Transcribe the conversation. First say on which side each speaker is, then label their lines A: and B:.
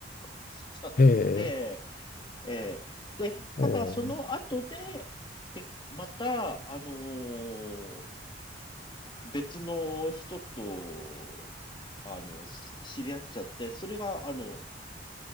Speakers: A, on the left; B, on the left.
A: <laughs> ちゃって、
B: へえ、
A: えーで、ただその後で、
B: おう
A: けまた、あのー別の人と、あの、し知り合っちゃって、それが、あの、